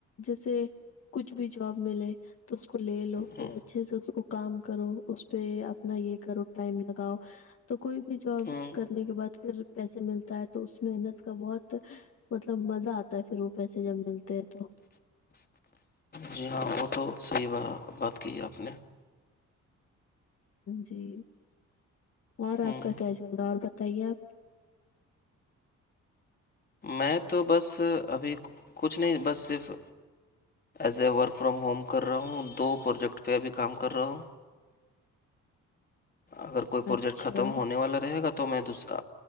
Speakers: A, on the left (about 50°); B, on the left (about 30°).
A: جیسے کچھ بھی جاب ملے تو اس کو لے لو پھر
B: ہوں
A: اچھے سے اس کو کام کرو اس پہ اپنا یہ کرو ٹائم لگاؤ تو کوئی بھی جاب
B: ہوں،
A: کرنے کے بعد پھر پیسے ملتا ہے تو اس محنت کا بہت مطلب مزہ آتا ہے پھر وہ پیسے جب ملتے ہیں تو
B: جی ہاں وہ تو صحیح ب بات کی ہے آپ نے
A: جی اور
B: ہوں
A: آپ کا کیا چل رہا ہے اور بتائیے آپ
B: میں تو بس ابھی کچھ نہیں بس صرف as a work from home کر رہا ہوں دو پروجیکٹ پہ بھی کام کر رہا ہوں اگر کوئی پروجیکٹ
A: اچھا
B: ختم ہونے والا رہے گا تو تو میں دوسرا